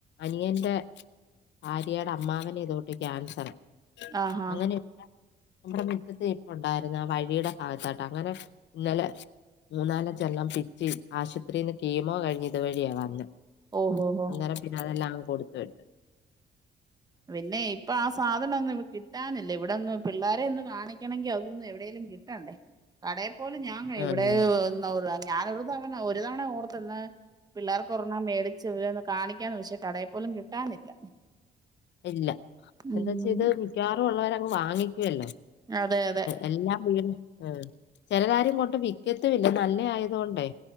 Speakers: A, on the left; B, on the right.
A: അനിയന്റെ ഭാര്യയുടെ അമ്മാവന് ഇതുകൂട്ട് ക്യാൻസറാ
B: ആഹ് ഹാ
A: അങ്ങനെ നമ്മുടെ മുറ്റത്ത് നിപ്പുണ്ടായിരുന്ന്ആ വഴിയുടെ ഭാഗത്തായിട്ട് അങ്ങനെ ഇന്നലെ മൂന്നാലാഞ്ചെണ്ണം പിച്ചി ആശുപത്രിന്ന് കീമോ കഴിഞ്ഞ് ഇത് വഴിയാ വന്നേ
B: ഓഹോ ഹോ
A: അന്നേരം പിന്നെ അതെല്ലാം കൊട്ത്ത് വിട്ട്
B: പിന്നെ ഇപ്പൊ ആ സാധനം ഒന്നും കിട്ടാനില്ല ഇവിടൊന്നും പിള്ളാരെ യൊന്ന് കാണിക്കണെങ്കി അതൊന്നും എവിടെയേലും കിട്ടണ്ടേ കട എപ്പോളും ഞാൻ വേണം
A: ഉം
B: ഇവിടുന്നോരൽപ്പം ഞാനൊരു തവണ ഒരു തവണ ഓർത്തന്ന പിള്ളേർക്ക് ഒരെണ്ണം മേടിച്ച് ഇവരെ ഒന്ന് കാണിക്കാന്ന് വെച്ച കടയിൽ പോലും കിട്ടാനില്ല
A: ഇല്ല
B: ഉം
A: എന്തച്ചാ ഇത് മിക്കവാറും ഉള്ളവരങ്ങ് വാങ്ങിക്കും. ക്കുവല്ലോ
B: അതെ അതെ
A: എല്ലാ വീടും ചെലരാരും ഇങ്ങോട്ട് വിക്കത്തുല്ല നല്ലയായത് കൊണ്ടേ